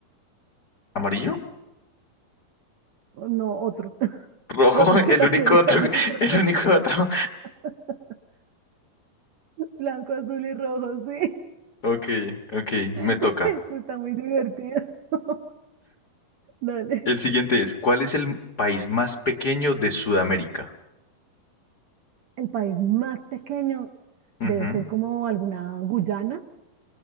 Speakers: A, on the left (about 65°); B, on the right (about 70°).
A: amarillo,
B: O No, otro. <laughs>
A: rojo,
B: Otro
A: <laughs>
B: que
A: el
B: también
A: único
B: está
A: otro,
B: en
A: <laughs>
B: nuestra
A: el
B: bandera.
A: único otro.
B: <laughs> Blanco, azul y rojo, sí.
A: Ok, ok, me
B: <laughs>
A: toca.
B: Está muy divertido. <laughs> Dale.
A: El siguiente es, ¿cuál es el país más pequeño de Sudamérica?
B: El país más pequeño
A: Ujú.
B: debe ser como alguna Guyana,